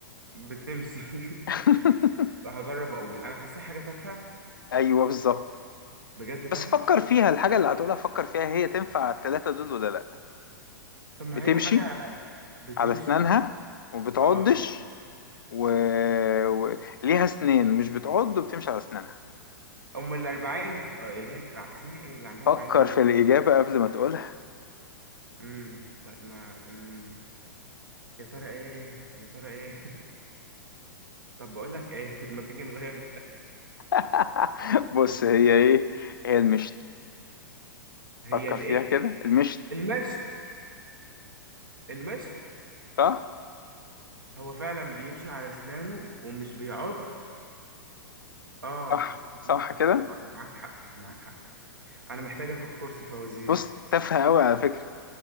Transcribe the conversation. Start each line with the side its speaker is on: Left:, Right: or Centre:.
Right: بتمشي <laughs>
Left: <laughs>
Right: بقى هجرب اقول انا حاسسها حاجه تافهه
Left: ايوه بالظبط
Right: بجد
Left: بس
Right: تافهه
Left: فكر فيها الحاجه اللي هتقولها فكر فيها هي تنفع التلاته دول ولا لا
Right: طب ما
Left: بتمشي
Right: هي حاجه بتمشي
Left: على اسنانها وما بتعضش
Right: اه
Left: و... و... ليها اسنان مش بتعض وبتمشي على اسنانها
Right: ام الاربعين اه اللي هي ك- اسمها ايه اللي عندها
Left: فكر
Right: 40 رجل
Left: في
Right: دي
Left: الاجابه قبل ما تقولها
Right: امم طب ما امم يا ترى ايه يا ترى ايه <laughs> طب بقول لك ايه <laughs> ما تيجي نغير
Left: <laughs> بص هي ايه هي المشت
Right: هي
Left: فكر
Right: الايه
Left: فيها كده المشت
Right: المشط المشط
Left: صح
Right: هو فعلا بيمشي على اسنانه ومش بيعض اه
Left: صح صح كده
Right: مع- معاك حق معاك حق انا محتاج اخد كورس فوازير
Left: بص تافهة أوي على فكرة